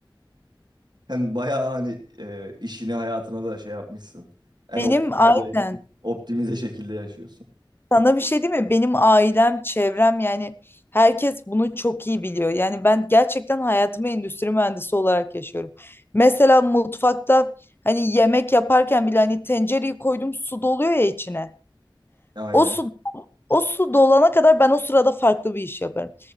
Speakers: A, on the right; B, on the left.
A: Hem bayağı hani e, işini hayatına da şey yapmışsın. En
B: Benim
A: optimize,
B: Ya, aynen.
A: optimize şekilde yaşıyorsun.
B: Sana bir şey değil mi? Benim ailem, çevrem yani herkes bunu çok iyi biliyor. Yani ben gerçekten hayatımı endüstri mühendisi olarak yaşıyorum. Mesela mutfakta hani yemek yaparken bile hani tencereyi koydum su doluyor ya içine.
A: Aynen.
B: O su O su dolana kadar ben o sırada farklı bir iş yaparım.